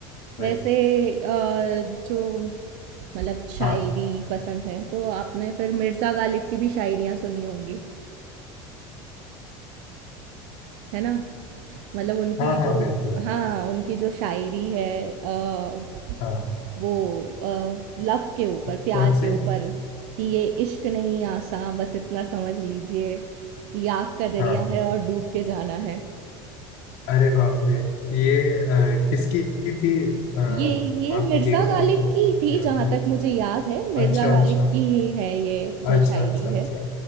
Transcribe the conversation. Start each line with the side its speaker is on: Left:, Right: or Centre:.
Left: वही
Right: वैसे अ, जो मतलब शायरी
Left: हाँ
Right: पसंद है तो आपने फिर मिर्ज़ा गालिब की भी शायरियाँ सुनी होंगी है ना मतलब उनकी
Left: हाँ हाँ
Right: जो
Left: बिल्कुल
Right: हाँ उनकी जो शायरी है अ,
Left: हाँ
Right: वो लव के ऊपर
Left: कौन
Right: प्यार के
Left: सी
Right: ऊपर कि ये इश्क नहीं आसा बस इतना समझ लीजिए कि आग का दरिया
Left: हाँ
Right: है और डूब के जाना है
Left: अरे बाप रे ये अ, किसकी थी अ,
Right: ये ये
Left: माफ
Right: मिर्ज़ा
Left: कीजिएगा मेरे
Right: गालिब
Left: को
Right: की थी
Left: याद-
Right: जहाँ
Left: नहीं।
Right: तक मुझे याद है मिर्ज़ा
Left: अच्छा
Right: गालिब
Left: अच्छा
Right: की ही है ये
Left: अच्छा
Right: जो शायरी
Left: अच्छा अच्छा
Right: है